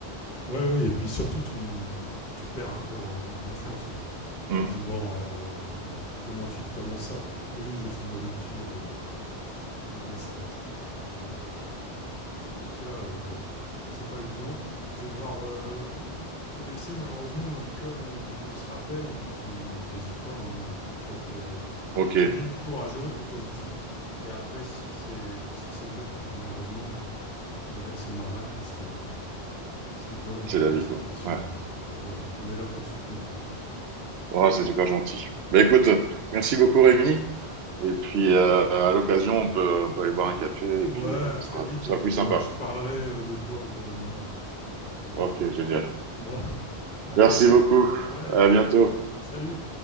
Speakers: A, on the left; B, on the right.
A: Ouais, ouais, et puis surtout, tu, tu perds un peu en, en confiance, quoi.
B: Hmm.
A: Tu dis, bon, alors, euh, et puis comment tu t'annonces ça Oui, j'ai fait une rupture, euh, une année sabbatique, euh, enfin voilà. Mais en tout cas, euh, bon, c'est pas évident. Je vais devoir euh, te laisser malheureusement, mais en tout cas, on, on se rappelle et puis tu t'hésites pas. hein. et puis, il faut être, euh,
B: Ok,
A: je te dis, courageux et positif. Et après, si c'est si c'est dur, bah malheureusement, euh, je dirais que c'est normal parce que c'est violent
B: c'est
A: quoi
B: la
A: comme
B: vie,
A: situation.
B: quoi. Ouais.
A: Mais bon, voilà, on est là pour te soutenir en tout cas.
B: Oh, c'est super gentil. Bah, écoute, merci beaucoup Rémi. Et puis euh, à l'occasion, on peut, on peut aller boire un café
A: Ouais,
B: et puis euh,
A: à très
B: ce sera,
A: vite.
B: ce
A: Et
B: sera
A: puis
B: plus sympa.
A: euh, je parlerai euh, de toi autour de moi. euh, voilà.
B: Ok, génial.
A: Bon, <laughs> allez,
B: Merci beaucoup.
A: ouais,
B: À bientôt.
A: salut.